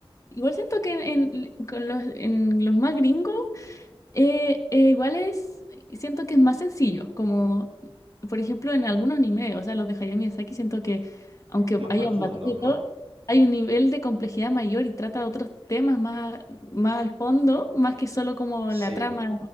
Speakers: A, on the left; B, on the right.
A: igual siento que en- con los, en los más gringos Eh, eh, igual es, siento que es más sencillo, como por ejemplo en algunos animes, o sea, los de Hayao Miyazaki, siento que aunque
B: Más
A: haya
B: profundos,
A: batallas
B: ¿no?
A: y todo, hay un nivel de complejidad mayor y trata de otros temas más, más al fondo, más que solo como
B: Sí,
A: la trama